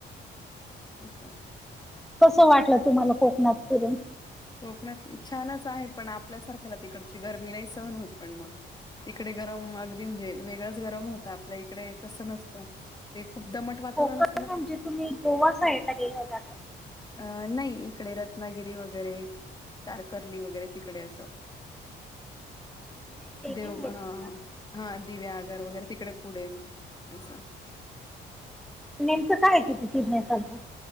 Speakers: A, on the left (about 20°); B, in the centre.
A: असं
B: कसं वाटलं तुम्हाला कोकणात फिरून
A: कोकणात छानच आहे पण आपल्यासारख्याला तिकडची गरमी नाही सहन होत पण मग तिकडे गरम अगदी म्हणजे वेगळंच गरम होतं आपल्या इकडे तसं नसतं ते खूप दमट वातावरण
B: कोकण
A: असत
B: म्हणजे तुम्ही गोवा साईड ला गेला होता
A: अ नाही इकडे रत्नागिरी वगै वगैरे तारकर्ली वगैरे तिकडे असं
B: अच्छा, नाही ते
A: देव
B: नाही माहित
A: हा
B: मला
A: हा दिव्या आगर वगैरे तिकडे पुढे असं
B: नेमकं काय तिथे फिरण्यासारखं